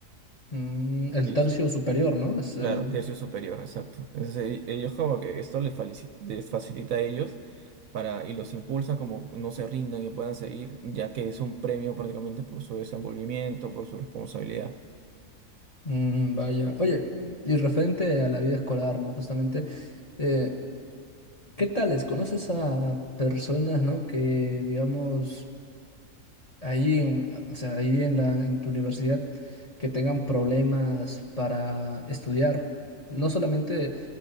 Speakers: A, on the left; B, on the right.
A: Mm, el
B: Y,
A: tercio superior, ¿no? Es
B: Claro,
A: el...
B: tercio superior, exacto. Entonces, e- ellos como que esto les, falici- les facilita a ellos para, y los impulsa como no se rindan y puedan seguir, ya que es un premio prácticamente por su desenvolvimiento, por su responsabilidad.
A: Mm, vaya. Oye, y referente a la vida escolar, ¿no? Justamente, eh, ¿qué tales? ¿Conoces a personas, ¿no? Que, digamos... ahí en, o sea, ahí en la, en tu universidad que tengan problemas para estudiar. No solamente